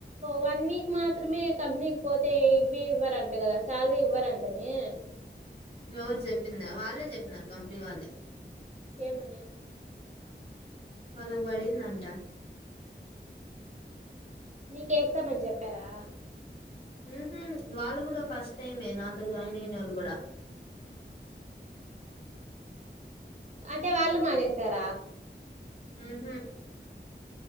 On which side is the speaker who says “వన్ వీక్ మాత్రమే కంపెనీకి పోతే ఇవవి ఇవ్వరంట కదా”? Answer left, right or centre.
Right